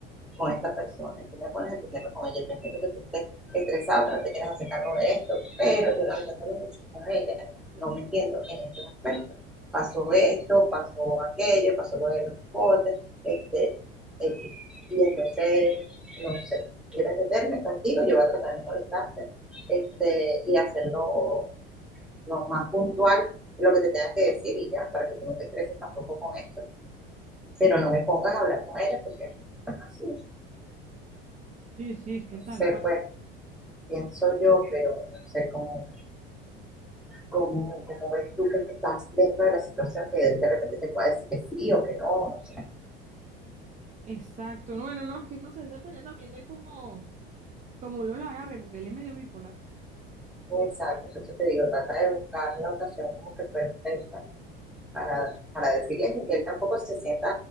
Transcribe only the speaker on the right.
Sí, sí, es que tal
Exacto. No, bueno, no, es que no sé, depende también de cómo, cómo uno lo agarre, porque él es medio bipolar.